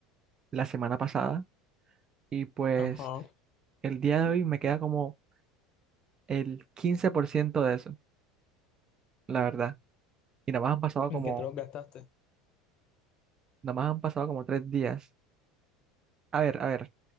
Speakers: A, on the right; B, on the left.
A: la semana pasada y pues
B: Ajá.
A: el día de hoy me queda como el 15% de eso, la verdad. Y nada más han pasado
B: ¿En
A: como,
B: qué te lo gastaste?
A: nada más han pasado como tres días. A ver, a ver,